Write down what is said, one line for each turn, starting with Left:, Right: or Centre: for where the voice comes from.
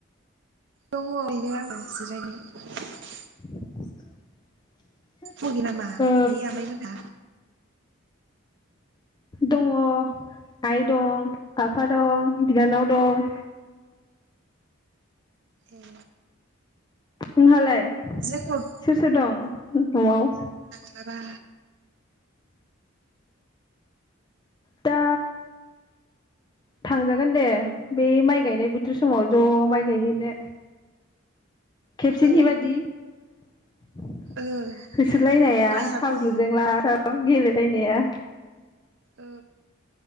Right: दङ ओरैनो आं जिरायनाय।
Left: <inaudible>
Right: फुगि नामा
Left: ओ
Right: नै आमैमोनहा।
Left: दंङ। आइ दं, आफा दं। बिनानाव दं।
Right: ए।
Left: नोंहालाय सोर
Right: जोंनाव
Left: सोर दं न'आव?
Right: बाबा
Left: दा थांजागोन दे बे माइ गायनाय बोथोर समाव ज' माइ गायहैनो। खेबसेनि
Right: औ
Left: बादि। <inaudible>
Right: ओं
Left: होसोलायनाया
Right: माइयाबो
Left: हाब्रुजों लासाव गेलेलायनाया <inaudible>
Right: औ